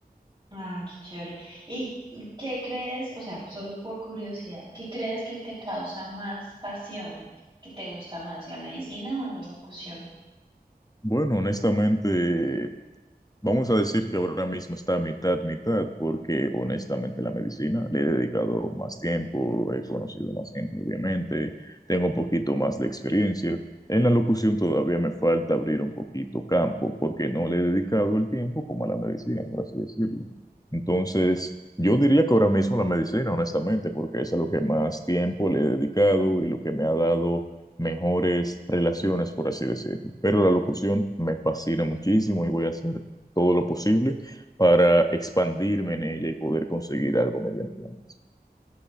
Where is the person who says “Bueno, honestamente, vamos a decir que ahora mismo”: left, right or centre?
Left